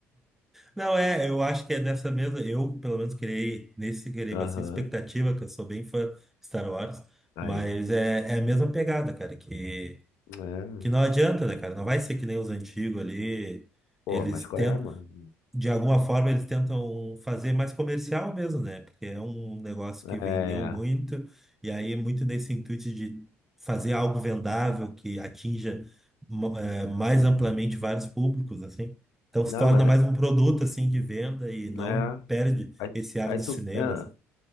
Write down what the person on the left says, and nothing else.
Aham.
Aí,
ó.
É.
Pô,
mas qual
é, mano?
É.
Não,
mas
é.
é.
Aí,
aí
tu,
pen-